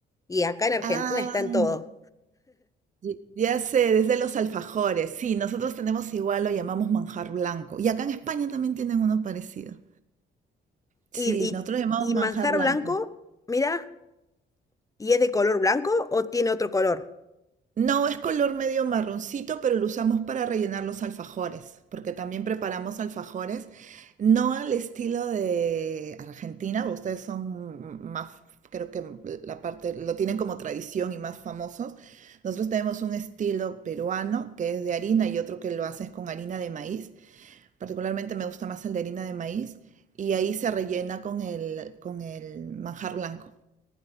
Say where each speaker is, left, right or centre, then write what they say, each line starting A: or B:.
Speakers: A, on the left; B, on the right.
A: Y acá en Argentina
B: Ah,
A: está en todo.
B: y- ya sé, desde los alfajores. Sí, nosotros tenemos igual, lo llamamos manjar blanco. Y acá en España también tienen uno parecido. Sí,
A: Y,
B: nosotros lo llamamos
A: y, y
B: manjar
A: manjar
B: blanco.
A: blanco, mira, ¿y es de color blanco o tiene otro color?
B: No, es color medio marroncito, pero lo usamos para rellenar los alfajores, porque también preparamos alfajores, no al estilo de Argentina, ustedes son más, creo que la parte, lo tienen como tradición y más famosos. Nosotros tenemos un estilo peruano que es de harina y otro que lo haces con harina de maíz. Particularmente me gusta más el de harina de maíz y ahí se rellena con el, con el manjar blanco.